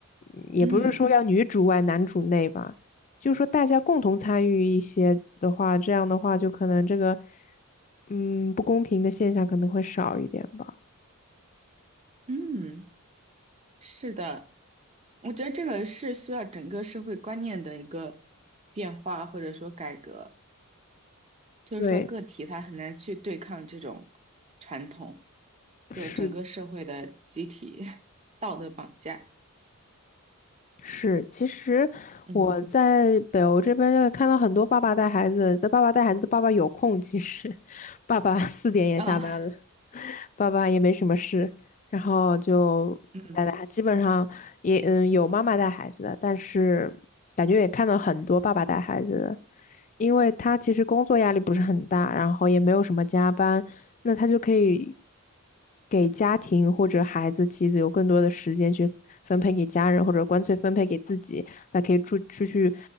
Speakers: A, on the left; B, on the right.
A: 嗯也不是说要女主外男主内吧，
B: 嗯
A: 就是说大家共同参与一些的话，这样的话就可能这个嗯不公平的现象可能会少一点吧。
B: 嗯，是的，我觉得这个是需要整个社会观念的一个变化或者说改革，就是说个体他很难去对抗这种传统，
A: 对，
B: 就整个社会的集体
A: 是
B: <laughs> 道德绑架。
A: 是，其实我在北欧这边就看到很多爸爸带孩子的，
B: 嗯
A: 爸爸带孩子的爸爸有空，其实 <laughs> 爸爸四点也下班了，
B: 啊，
A: <laughs> 爸爸也没什么事，然后就带带孩，
B: 嗯。
A: 基本上也嗯有妈妈带孩子的，但是感觉也看到很多爸爸带孩子的，因为他其实工作压力不是很大，然后也没有什么加班，那他就可以给家庭或者孩子、妻子有更多的时间去分配给家人，或者干脆分配给自己。他可以出出去，